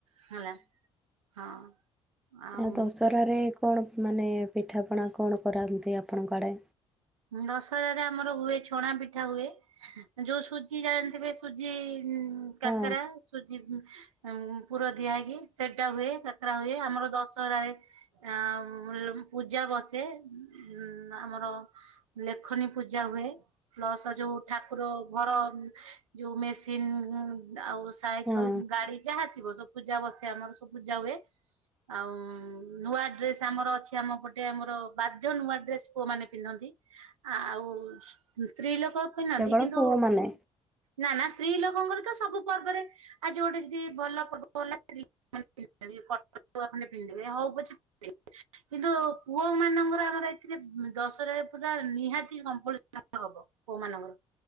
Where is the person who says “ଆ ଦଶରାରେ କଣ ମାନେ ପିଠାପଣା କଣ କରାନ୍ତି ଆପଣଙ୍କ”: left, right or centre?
Centre